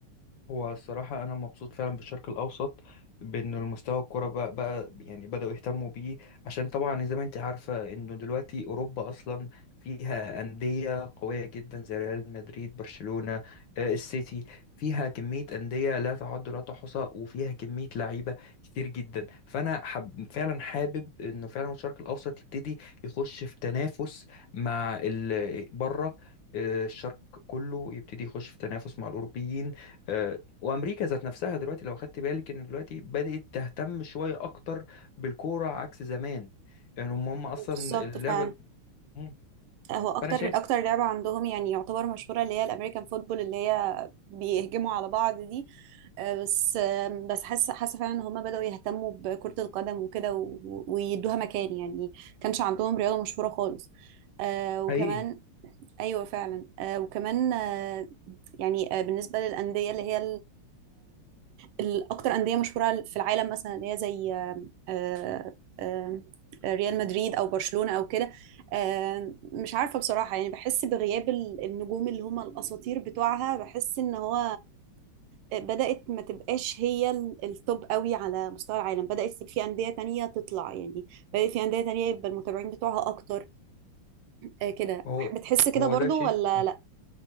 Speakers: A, on the left (about 65°); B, on the right (about 80°).
A: هو الصراحة أنا مبسوط فعلا بالشرق الأوسط بأن المستوى الكرة بقى, بقى يعني بدأوا يهتموا بيه عشان طبعا زي ما أنت عارفة إنه دلوقتي أوروبا أصلا فيها أندية قوية جدا زي ريال مدريد برشلونة آه، السيتي فيها كمية أندية لا تعد ولا تحصى وفيها كمية لعيبة كتير جدا فأنا حب فعلا حابب إنه فعلا الشرق الأوسط يبتدي يخش في تنافس مع ال- بره آه، الشرق كله يبتدي يخش في تنافس مع الأوروبيين آه، وامريكا ذات نفسها دلوقتي لو خدت بالك ان دلوقتي بدأت تهتم شويه اكتر بالكوره عكس زمان يعني هم هم اصلا
B: بالظبط
A: اللعبه
B: فعلا
A: ال- مم.
B: هو اكتر
A: فانا شايف
B: اكتر لعبه عندهم يعني يعتبر مشهوره اللي هي الامريكان فوتبول اللي هي بيهجموا على بعض دي آه، بس آه، بس حاسه حاسه فعلا ان هم بداوا يهتموا بكره القدم وكده و- و- ويدوها مكان يعني كانش عندهم رياضه مشهوره خالص آه، وكمان
A: حقيقي
B: ايوه فعلا آه، وكمان آه، يعني آه، بالنسبه للانديه اللي هي الأكتر أندية مشهورة في العالم مثلا اللي هي زي آم، آه، آم، ريال مدريد أو برشلونة أو كده آم، مش عارفة بصراحة يعني بحس بغياب ال- النجوم اللي هم الأساطير بتوعها بحس إن هو آه، بدأت ما تبقاش هي ال- التوب قوي على مستوى العالم بدأت في أندية تانية تطلع يعني بدأت في أندية تانية يبقى المتابعين بتوعها أكتر آه، كده
A: هو
B: بتحس كده
A: هو
B: برضو
A: ده شيء
B: ولا لأ؟